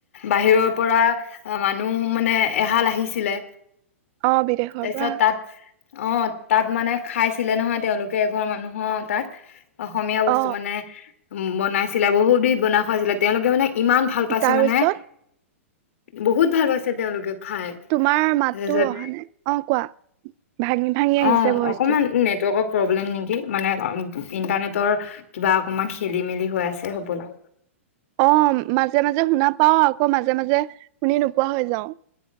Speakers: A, on the left (about 70°); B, on the right (about 35°).
A: বাহিৰৰ পৰা মানুহ মানে এহাল আহিছিলে।
B: অ বিদেশৰ
A: তাৰপিছত
B: পৰা।
A: তাত অ তাত মানে খাই চ ছিলে নহয় তেওঁলোকে এঘৰ মানুহৰ তাত। অসমীয়া বস্তু
B: অ
A: মানে উম, বনাইছিলে বহুত বিধ বনাই খুৱাইছিলে তেওঁলোকে মানে ইমান ভাল পাইছে
B: তাৰপিছত
A: মানে। বহুত ভাল পাইছে তেওঁলোকে খাই
B: তোমাৰ মাতটো
A: তাৰপিছত
B: অহা নাই, অ কোৱা। ভাঙি ভাঙি আহিছে
A: অ,
B: ভইচটো
A: অকণমান নেটৱৰ্ক প্ৰব্লেম নেকি মানে ইন্টাৰনেটৰ কিবা অকণমান খেলি-মেলি হৈ আছে হবলা।
B: অ, মাজে মাজে শুনা পাওঁ আকৌ মাজে মাজে শুনি নোপোৱা হৈ যাওঁ।